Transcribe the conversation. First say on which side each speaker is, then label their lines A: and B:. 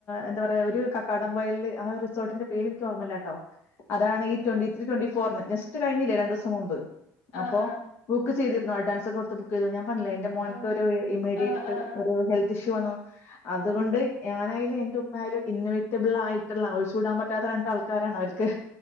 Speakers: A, on the left (about 35°); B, on the left (about 80°).
A: എന്താ പറ ഒരു കക്കാടം പോയീല് ആ റിസോർട്ടിന്റെ പേര് എനിക്ക് ഓർമ്മല്ലാട്ടോ അതാണ് റ്റൊന്റിത്രീ
B: ഉം
A: റ്റൊന്റിഫോറിന് ജസ്റ്റ് കഴിഞ്ഞില്ലേ രണ്ടൂസം മുമ്പ് അപ്പൊ
B: ആഹ് ആഹ്
A: ബുക്ക് ചെയ്തി നോൾഡാൻസർ കൊട്ത്ത് ബുക്ക് ചെയ്തു ഞാൻ എന്റെ മോനക്ക്
B: ആഹ്
A: ഒരു ഇമീഡിയറ്റ്
B: ആഹ് ആഹ് ആഹ്
A: അതോ ഹെൽത്ത് ഇഷ്യൂ
B: ഉം
A: ആന്നോ അതുകൊണ്ട്
B: ഉം
A: ഞാനയില് ഉമ്മായാലും ഇന്നവേറ്റബിൾ ആയിട്ടുള്ള ഒഴിച്ച് കൂടാൻ പറ്റാത്ത രണ്ട് ആൾക്കാരാണ് അവർക്ക്